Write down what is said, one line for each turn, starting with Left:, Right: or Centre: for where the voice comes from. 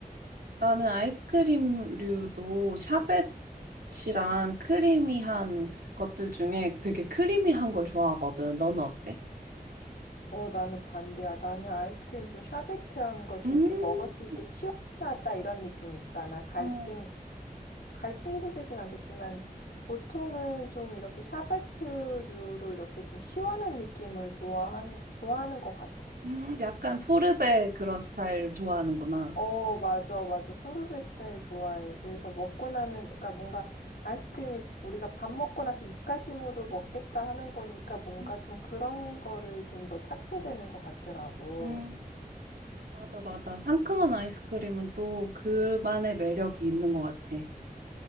Right: 나는 아이스크림류도 샤베트랑 크리미한 것들 중에 되게 크리미한 걸 좋아하거든. 너는 어때?
Left: 어, 나는 반대야. 나는 아이스크림 좀 샤베트한 거 좀
Right: 음,
Left: 이렇게 먹었을 때 시원하다 이런 느낌 있잖아. 갈증,
Right: 어,
Left: 갈증 해소되진 않겠지만 보통은 좀 이렇게 샤베트류로 이렇게 좀 시원한 느낌을 좋아하는 좋아하는 것 같아.
Right: 음, 약간 소르베 그런 스타일 좋아하는구나.
Left: 어, 맞아, 맞아. 소르베 스타일 좋아해. 그래서 먹고 나면, 그러니까 뭔가 아이스크림이 우리가 밥 먹고 나서 입가심으로 먹겠다 하는 거니까 뭔가
Right: 음,
Left: 좀 그런 거를 좀 더 찾게 되는 것 같더라고.
Right: 음, 맞아, 맞아. 상큼한 아이스크림은 또 그만의 매력이 있는 것 같아.